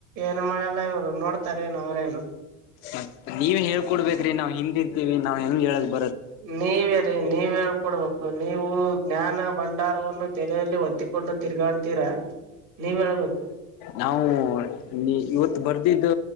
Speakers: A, on the right; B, on the left.
A: ಏನು ಮಾಡಲ್ಲ ಇವ್ರು ನೋಡ್ತಾರ ಏನು ಅವ್ರೇನು
B: ಮತ್ತ ನೀವ ಹೇಳ್ಕೊಡ್ಬೇಕ್ರಿ ನಾವ್ ಹಿಂದ್ ಇರ್ತಿೀವಿ ನಾವ್ ಹೆಂಗ್ ಹೇಳ್ಬೇಕ
A: ನೀವೇರಿೀ ನೀವ್ ಹೇಳ್ಕೊಡ್ಬೇಕು ನೀವು ಜ್ಞಾನ ಭಂಡಾರವನ್ನು ತೆಲೆಯಲ್ಲಿ ಒತ್ತಿಕೊಂಡು ತಿರ್ಗಾಡ್ತೀರಾ ನೀವ್ ಹೇಬೇಕು
B: ನಾವು ನೀ ಇವತ್ತು ಬರ್ದಿದ್ದ